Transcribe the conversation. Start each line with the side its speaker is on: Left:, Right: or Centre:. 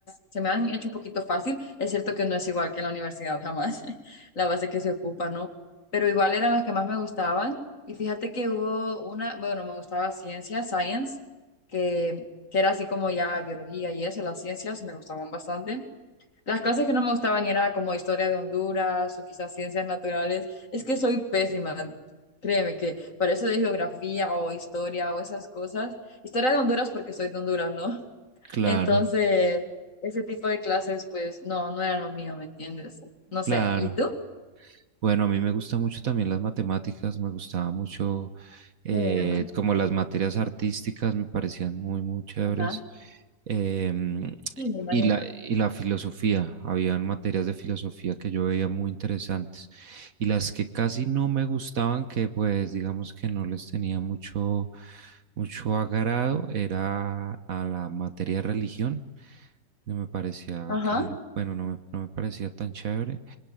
Left: Se me han hecho un poquito fácil. Es cierto que no es igual que en la universidad jamás, <laughs> la base que se ocupa, ¿no? Pero igual eran las que más me gustaban. Y fíjate que hubo una, bueno, me gustaba ciencia, science, que, que era así como ya biología y eso, las ciencias me gustaban bastante. Las clases que no me gustaban era como historia de Honduras o quizás ciencias naturales. Es que soy pésima, créeme que para eso de geografía o historia o esas cosas. Historia de Honduras porque soy de Honduras, ¿no? <laughs>
Right: Claro,
Left: Entonces, ese tipo de clases, pues no, no eran lo mío, ¿me entiendes? No
Right: claro.
Left: sé. ¿Y tú?
Right: Bueno, a mí me gusta mucho también las matemáticas, me gustaba mucho eh,
Left: Qué bueno.
Right: como las materias artísticas, me parecían muy, muy chéveres.
Left: Ajá.
Right: Em,
Left: Sí, me imagino.
Right: y la, y la filosofía, habían materias de filosofía que yo veía muy interesantes. Y las que casi no me gustaban, que pues digamos que no les tenía mucho, mucho agrado, era a la materia de religión. No me parecía
Left: Ajá.
Right: que, bueno, no me, no me parecía tan chévere.